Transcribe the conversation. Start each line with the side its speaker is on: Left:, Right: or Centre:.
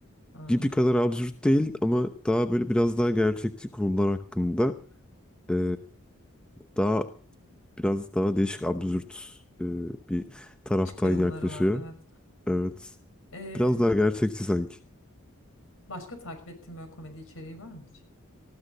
Left: Aa,
Centre: Gibi kadar absürt değil ama daha böyle biraz daha gerçekçi konular hakkında e, daha biraz daha değişik absürt e, bir taraftan
Left: çıkarımları
Centre: yaklaşıyor.
Left: var. Evet.
Centre: Evet.
Left: Ee,
Centre: Biraz daha gerçekçi sanki.
Left: başka takip ettiğin böyle komedi içeriği var mı hiç?